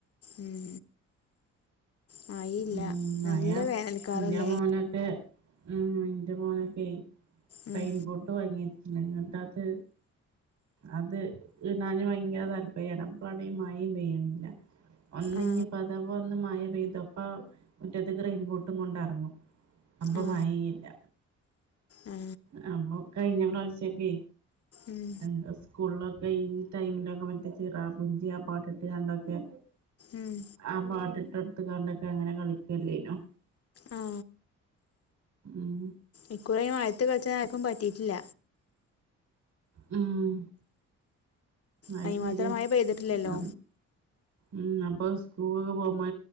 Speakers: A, on the left; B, on the right.
A: ഉം മഴയില്ല
B: ഉ മയ
A: നല്ല വേനൽക്കാലല്ലേ
B: എന്റെ മോനൊക്കെ ഉം എന്റെ മോനൊക്കെ
A: ഉം
B: റയിൻ ബോർട്ട് വാങ്ങിട്ടങ്ങിട്ടാത് അത് ഇടാന് ഭയങ്കര താല്പര്യമാണ് അപ്പം ആണെങ്കി മയയും പെയ്യണില്ല ഒന്നിഞ്ഞി
A: ആ
B: അഥവാ. ഒന്ന് മയ പെയ്തപ്പം മുറ്റത്തത്തേക്ക് റെയിൻ ബോട്ടും കൊണ്ടിറങ്ങും അപ്പം
A: ആ
B: മയ ഇല്ല
A: ആ
B: നമ്മ കഴിഞ്ഞ പ്രാവശ്യക്കെ
A: ഉം
B: എന്താ സ്കൂളിലൊക്കെ ഈ ടൈമിലൊക്കെ മറ്റേ ചിറാ പുഞ്ചി പാട്ടിട്ട് കണ്ടൊക്കെ
A: ഉം
B: ആ പാട്ടിട്ടൊടുത്ത് കണ്ടൊക്കെ അങ്ങനെ കളിക്കല്ലേനോ
A: ആ
B: ഉം
A: ഇക്കുറിയും മഴത്ത് കളിച്ച ആർക്കും പറ്റിയിട്ടില്ല
B: ഉം അത്
A: അതിന്
B: ശരിയാ
A: മാത്രം മഴ പെയ്തിട്ടില്ലല്ലോ
B: ആ ഉം അപ്പൊ സ്കൂളൊക്കെ പോകുമ്പോ